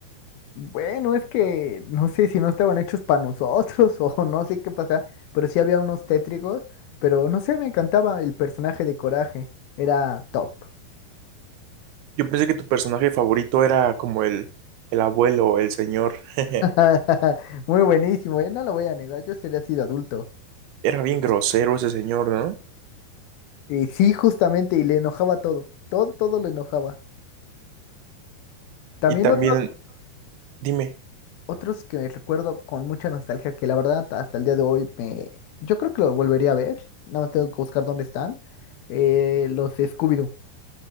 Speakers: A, on the left (about 75°); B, on the right (about 80°).
A: Bueno, es que no sé si no estaban hechos para nosotros <laughs> o no sé qué pasa, pero sí había unos tétricos, pero no sé, me encantaba el personaje de Coraje, era top.
B: Yo pensé que tu personaje favorito era como el, el abuelo, el señor, <laughs>
A: <laughs> Muy buenísimo, ¿eh? No lo voy a negar, yo sería así de adulto.
B: era bien grosero ese señor, ¿no?
A: Y sí, justamente, y le enojaba todo, todo, todo le enojaba. También
B: Y también,
A: otro-
B: dime.
A: otros que recuerdo con mucha nostalgia, que la verdad hasta el día de hoy me... Yo creo que lo volvería a ver, nada más tengo que buscar dónde están, eh, los de Scooby-Doo.